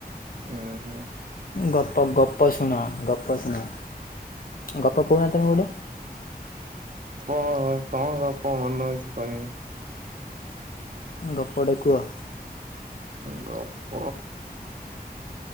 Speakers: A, on the right; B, on the left.
A: ହୁଁ ହୁଁ
B: ଗପ ଗପ ଶୁଣ ଗପ ଶୁଣ ଗପ କହୁନା ତମେ ଗୋଟେ
A: ଅ କଣ ଗପ ମନେ ଅଛି କହିବି
B: ଗପଟେ କୁହ।
A: ଗପ